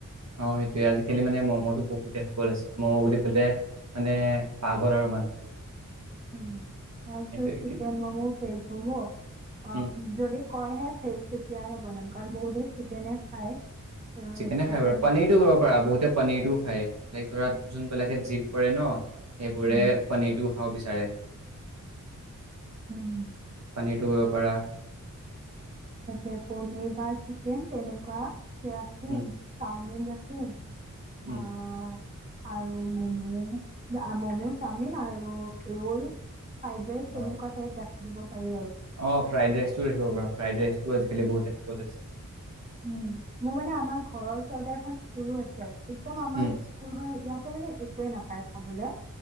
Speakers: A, on the right; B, on the right.
A: অ সেইটোয়ে আজিকালি মানে ম'ম'টো বহুত টেন্ডিঙত আছে, ম'ম বুলি ক'লে মানে পাগল আৰু মানুহবোৰ।
B: উম তাৰপিছত
A: সেইটোৱে
B: চিকেন
A: কিন্তু
B: ম'ম, ভেজ ম'ম অ
A: উম,
B: যদি কয় হে ভেজ তেতিয়াহে বনাম, কাৰণ বহুতে চিকেনে খায়। ত'
A: চিকেনে
B: চিকেন
A: খাই, বাৰু পনীৰ টো কৰিব পাৰা বহুতে পনীৰটো খাই, লাইক ধৰা যোনবিলাকে জিম কৰে ন সেইবোৰে
B: উম,
A: পনীৰটো খাব বিচাৰে।
B: উম।
A: পনীৰটো কৰিব পাৰা।
B: তাকে, পনীৰ বা চিকেন তেনেকুৱা ৰাখিম,
A: উম,
B: চাওমিন ৰাখিম হম <unintelligible>
A: উম,
B: অ আৰু মম', অ মম', চাওমিন আৰু ৰোল ফ্ৰাইড ৰাইচ
A: অ',
B: তেনেকুৱা টাইপ ৰাখিম দিব পাৰি আৰু।
A: অ, ফ্ৰাইডৰাইচ টোও ৰাখিব পাৰ। ফ্ৰাইড ৰাইচটো আজিকালি বহুতে খাবলৈছে।
B: উম মোৰ মানে আমাৰ ঘৰৰ ওচৰতে এখন স্কুলো আছে। একদম আমাৰ
A: উম,
B: স্কুলখননৰ ইয়াত মানে একোৱে নাপায় খাবলে।